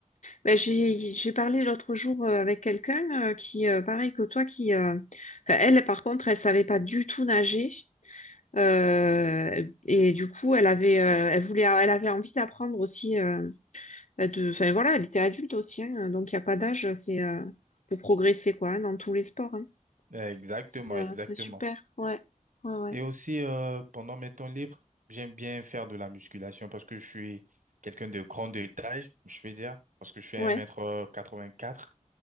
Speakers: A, on the left; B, on the right.
A: Ben, j'ai j'ai parlé l'autre jour euh, avec quelqu'un euh, qui, euh, pareil que toi, qui, euh, enfin, elle par contre, elle savait pas du tout nager. Euh, et du coup, elle avait, euh, elle voulait, elle avait envie d'apprendre aussi. euh, Bah, de, enfin, voilà, elle était adulte aussi, hein, donc il n'y a pas d'âge, c'est euh, pour progresser, quoi, hein, dans tous les sports. hein.
B: Exactement,
A: C'est euh,
B: exactement.
A: c'est super, ouais, ouais, ouais,
B: Et aussi, euh, pendant mes temps libres, j'aime bien faire de la musculation parce que je suis quelqu'un de grande taille, je vais dire, parce que je suis
A: ouais,
B: un mètre euh, quatre-vingt-quatre